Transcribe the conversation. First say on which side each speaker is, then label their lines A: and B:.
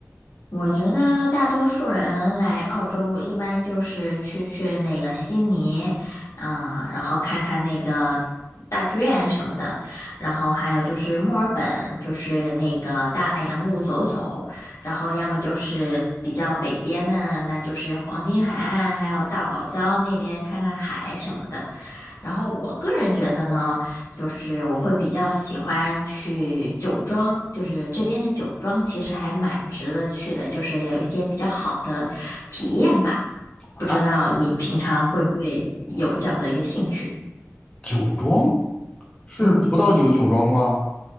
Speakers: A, on the left; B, on the left.
A: 我觉得大多数人来澳洲一般就是去去那个悉尼，啊、然后看看那个大剧院什么的，然后还有就是墨尔本，就是那个大洋路走走，然后要么就是比较北边的，那就是黄金海岸，还有大堡礁那边看看海什么的。然后我个人觉得呢。就是我会比较喜欢去酒庄，就是这边的酒庄其实还蛮值得去的，就是有一些比较好的体验吧。
B: 啊，
A: 不知道你平常会不会有这样的一个兴趣？
B: 酒庄是葡萄酒酒庄吗？
A: 嗯，